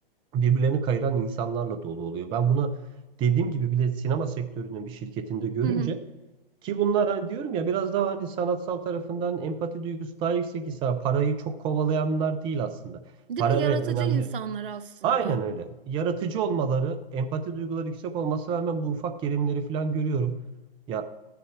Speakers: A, on the right (about 15°); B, on the right (about 60°).
A: birbirlerini kayıran insanlarla dolu oluyor. Ben bunu dediğim gibi bile sinema sektörünün bir şirketinde görünce
B: Hı hı.
A: ki bunlar hani diyorum ya biraz daha hani sanatsal tarafından empati duygusu daha yüksek ise parayı çok kovalayanlar değil aslında.
B: Değil
A: Para
B: mi? Yaratıcı
A: evet önemli.
B: insanlar aslında.
A: Aynen öyle. Yaratıcı olmaları, empati duyguları yüksek olması rağmen bu ufak gerilimleri falan görüyorum. Ya